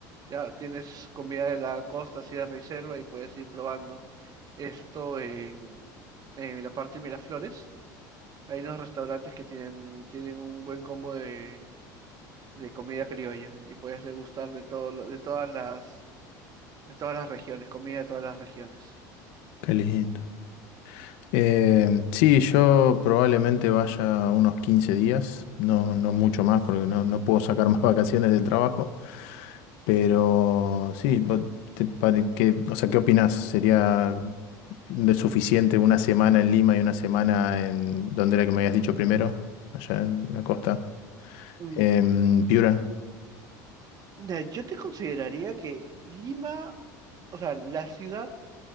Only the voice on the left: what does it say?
qué lindo. Eh,
sí, yo probablemente vaya unos 15 días, no, no mucho más, porque no, no puedo sacar más <laughs> vacaciones del trabajo. Pero sí, vos te pare- qué- o sea, ¿qué opinás? ¿Sería de suficiente una semana en Lima y una semana en, ¿dónde era que me habías dicho primero? Allá en la costa.
En Piura.